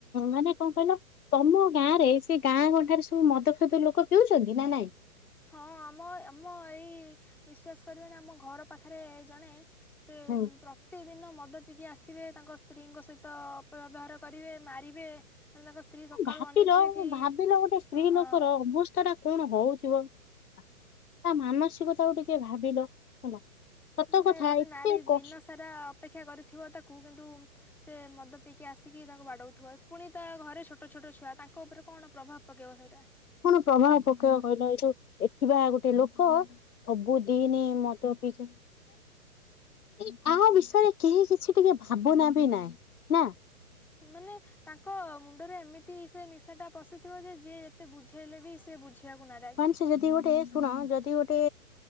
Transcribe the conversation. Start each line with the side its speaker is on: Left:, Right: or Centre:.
Left: ମାନେ କଣ କହିଲ। ତମ ଗାଁ ରେ ସେ ଗାଁ ଗଣ୍ଠାରେ ସବୁ ମଦ ଫଦ ଲୋକ ପିଉଛନ୍ତି ନା ନାଇଁ।
Centre: ହଁ ଆମ ଆମ ଏଇ ବିଶ୍ଵାସ କରିବନି ଆମ ଘର ପାଖରେ ଜଣେ। ସେ
Left: ହୁଁ
Centre: ପ୍ର। ପ୍ରତି ଦିନ ମଦ ପିଇକି ଆସିବେ ତାଙ୍କ ସ୍ତ୍ରୀଙ୍କ ସହିତ ଅପବ୍ୟବହାର କରିବେ ମାରିବେ। ମାନେ ତାଙ୍କ ସ୍ତ୍ରୀ। ସକାଳୁ
Left: ଭାବିଲ
Centre: ଅନେଇଥିବେ କି
Left: ଭାବିଲ ଗୋଟେ ସ୍ତ୍ରୀ
Centre: ହଁ
Left: ଲୋକର ଅବସ୍ଥା। ତ ଟା କଣ ହଉଥିବ ତା ମାନସିକତାକୁ ଟିକେ ଭାବିଲ ହେଲା। ସତ
Centre: ମାନେ
Left: କଥା
Centre: ଗୋଟେ
Left: ଏତେ
Centre: ନାରୀ
Left: କଷ୍
Centre: ଦିନ ସାରା। ସାରା ଅପେକ୍ଷା କରିଥିବ ତାକୁ କିନ୍ତୁ ସେ ମଦ ପିଇକି ଆସିକି ତାକୁ ବାଡଉଥିବ। ପୁଣି ତା ଘରେ ଛୋଟ ଛୋଟ ଛୁଆ ତାଙ୍କ ଉପରେ କଣ ପ୍ରଭାବ ପକେଇବ ସେଇଟା।
Left: କଣ ପ୍ରମାଣ ପକ୍ଷ କହିଲ ଏଇ ଯୋଉ ଏଠୀବା ଆଉ ଗୋଟେ ଲୋକ। ସବୁ ଦିନ ମଦ ପିଇକି। ଏ କାହା ବିଷୟରେ କେହି କିଛି ଟିକେ ଭାବନା ବି ନାହିଁ ନା।
Centre: ମାନେ। ତାଙ୍କ ମୁଣ୍ଡରେ ଏମିତି ସେ ନିଶା ଟା ପଶିଥିବ ଯେ ଯିଏ ଯେତେ ବୁଝେଇଲେ ବି ସେଏ ବୁଝିବାକୁ ନାହିଁ।
Left: ହ ସେ ଯଦି ଗୋଟେ ଶୁଣ ଯଦି ଗୋଟେ।